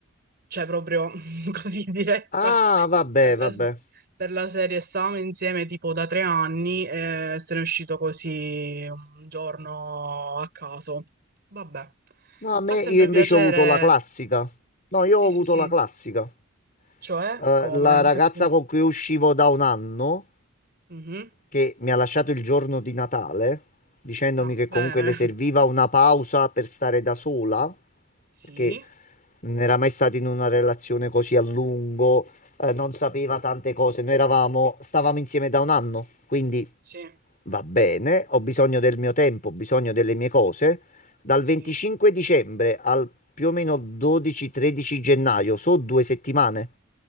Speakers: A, on the right (about 50°); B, on the left (about 40°).
A: cioè proprio <laughs> così diretta
B: Ah, vabbè,
A: per la,
B: vabbè.
A: se- per la serie. Stavamo insieme tipo da tre anni e se ne è uscito così un giorno a caso. Vabbè,
B: No, a me
A: fa sempre
B: io invece
A: piacere.
B: ho avuto la classica. No, io
A: Sì,
B: ho avuto
A: sì, sì.
B: la classica.
A: Cioè,
B: Eh,
A: come?
B: la
A: In
B: ragazza
A: che sen-
B: con cui uscivo da un anno.
A: Mhm.
B: che mi ha lasciato il giorno di Natale, dicendomi
A: Ah,
B: che comunque
A: bene.
B: le serviva
A: <laughs>
B: una pausa per stare da sola,
A: Sì,
B: perché non era mai stata in una relazione così a lungo, eh, non sapeva tante cose. Noi eravamo, stavamo insieme da un anno, quindi
A: sì,
B: va bene, ho bisogno del mio tempo, ho bisogno delle mie cose. Dal
A: sì,
B: 25 dicembre al più o meno 12-13 gennaio, so due settimane.